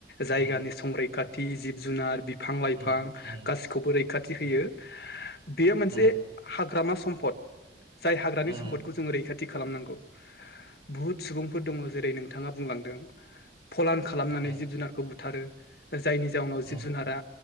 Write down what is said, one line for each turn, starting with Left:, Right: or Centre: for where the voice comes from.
Left: जायगानि
Right: उम
Left: संरैखाथि जिब जुनार बिफ बिफां लाइफां
Right: उम
Left: गासिखौबो रैखाथि होयो
Right: उम
Left: बेयो मोनसे
Right: उम
Left: हाग्रामा सम्पद जाय हाग्रानि
Right: उम
Left: सम्पदखौ जोङो रैखाथि खालामनांगौ बुहुद सुबुंफोर दङ जेरै नोंथाङा बुंलांदों फलान खालामनानै
Right: उम
Left: जिब जुनारखौ बुथारो जायनि जाउनाव
Right: उम
Left: जिब जुनारा